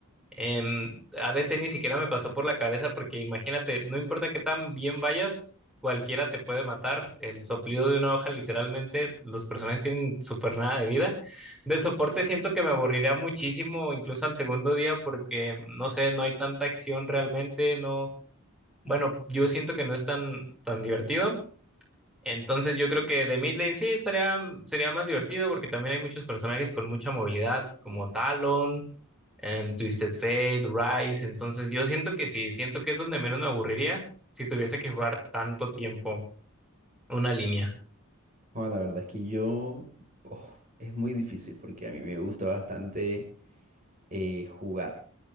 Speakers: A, in the centre; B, on the right.
A: Em, ADC ni siquiera me pasó por la cabeza porque imagínate, no importa qué tan bien vayas, cualquiera te puede matar. El soplido de una hoja, literalmente, los personajes tienen súper nada de vida. De soporte siento que me aburriría muchísimo, incluso al segundo día, porque no sé, no hay tanta acción realmente, no. Bueno, yo siento que no es tan, tan divertido. Entonces yo creo que de mid lane sí estaría, mm, sería más divertido porque también hay muchos personajes con mucha movilidad, como Talon, em, Twisted Fate, Ryze. Entonces yo siento que sí, siento que es donde menos me aburriría si tuviese que jugar tanto tiempo una línea.
B: Joa, la verdad es que yo, oh, es muy difícil porque a mí me gusta bastante eh, jugar.